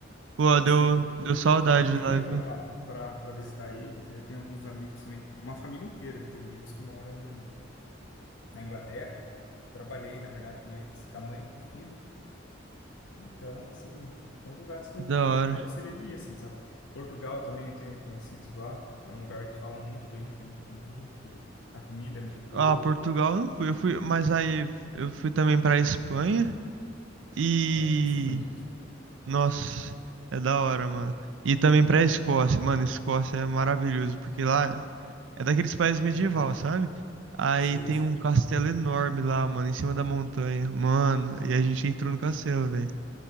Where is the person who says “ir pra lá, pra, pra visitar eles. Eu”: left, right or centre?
Left